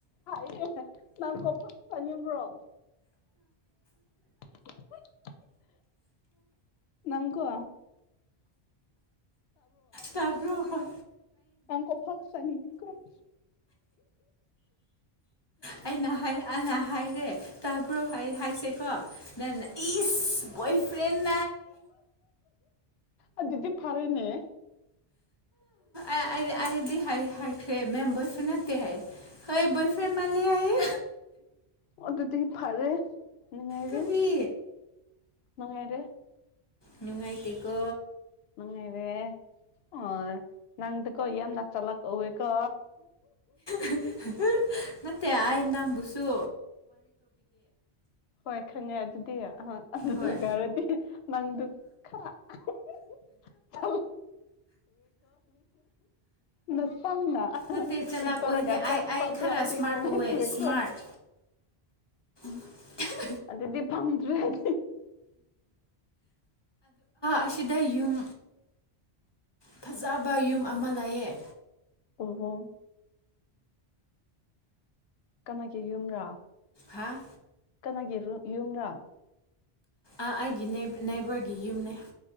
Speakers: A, on the left (about 75°); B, on the left (about 25°).
A: ꯍꯥꯏꯌꯦ ꯅꯪ ꯀꯣꯄ ꯆꯥꯅꯤꯡꯕ꯭ꯔꯣ <inaudible> ꯅꯪꯀꯣ
B: ꯇꯕꯣꯏ
A: ꯀ ꯀ ꯐ ꯈꯨ ꯆꯅꯤꯗꯤ ꯀ ꯎ
B: ꯑꯩꯅ ꯑꯅ ꯍꯥꯏꯔꯦ ꯇꯥꯕ꯭ꯔꯣ ꯍꯥꯏ ꯍꯥꯏꯁꯦꯀꯣ ꯅꯦꯟ ꯏꯁ ꯒꯣꯏ ꯐ꯭ꯔꯦꯟ
A: ꯑ ꯑꯗꯨꯗꯤ ꯐꯥꯔꯅꯦ
B: ꯑ ꯑꯩꯗꯤ ꯍꯥꯏꯈ꯭ꯔꯦ ꯃꯦꯝꯕꯣꯏ ꯈꯨꯅ ꯍꯥꯏ ꯅꯣꯏ ꯕꯣꯏꯐꯦꯟ ꯃꯥꯜꯂꯤ ꯍꯥꯏꯌꯦ
A: ꯑꯣ ꯑꯗꯨꯇ ꯐꯔꯦ ꯅꯤꯡꯉꯔ
B: ꯀꯔꯤ
A: ꯅꯍꯦꯔꯦ
B: ꯅꯨꯡꯉꯥꯏꯇꯀꯣ
A: ꯃꯉꯩꯔꯦ ꯑꯣ ꯅꯪꯗꯨꯀꯣ ꯌꯥꯝꯅ ꯆꯂꯛ ꯎꯧꯕꯦꯀꯣ
B: <inaudible> ꯅꯠꯇꯦ ꯑꯥꯏꯅꯝ ꯕꯨꯁꯣ
A: ꯍꯣꯏ ꯈꯪꯉꯦ ꯑꯗꯨ ꯁꯤꯗꯌꯥ ꯑ ꯑꯗꯨ
B: ꯍꯣꯏ
A: ꯈꯔꯗꯤ ꯅꯪꯗꯨ ꯈꯀꯣ ꯅꯁꯪꯅ
B: ꯅꯠꯇꯦ ꯆꯂꯥꯛ
A: ꯄꯤꯛꯛꯇꯧꯔꯒ
B: ꯑꯣꯏꯗꯦ
A: ꯆꯥꯛꯄꯗꯣ
B: ꯑꯩ ꯑꯩ ꯈꯔ
A: ꯑꯗꯨꯗꯤ
B: ꯁ꯭ꯃꯥꯔꯠ
A: ꯅꯨꯡꯉꯥꯏꯇꯨꯔꯦꯀꯣ
B: ꯑꯣꯏꯌꯦ ꯁ꯭ꯃꯥꯔꯠ <inaudible>
A: ꯑꯗꯨꯗꯤ ꯐꯝꯗ꯭ꯔ ꯍꯥꯏ
B: ꯑꯁꯤꯗ ꯌꯨꯝ ꯐꯖꯕ ꯌꯨꯝ ꯑꯃ ꯂꯩꯑꯦ
A: ꯎꯍꯣ ꯀꯅꯥꯒꯤ ꯌꯨꯝ꯭ꯔꯥ
B: ꯍꯥꯥ
A: ꯀꯅꯥꯒꯤ ꯌꯨꯝꯔꯥ
B: ꯑꯩꯒꯤ ꯅꯦꯏꯕꯔꯒꯤ ꯌꯨꯝꯅꯦ